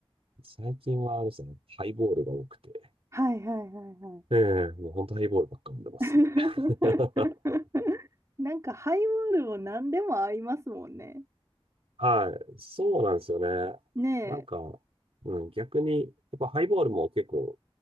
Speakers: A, on the right (about 70°); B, on the right (about 30°).
A: 最近はあれですね。ハイボールが多くて。
B: はいはいはいはい。
A: ええもう本当ハイボールばっか飲んでますね。
B: <laughs>
A: <laughs>
B: なんかハイボールも何でも合いますもんね。
A: はい。そうなんですよね。
B: ねえ。
A: なんか、うん、逆に、やっぱハイボールも結構、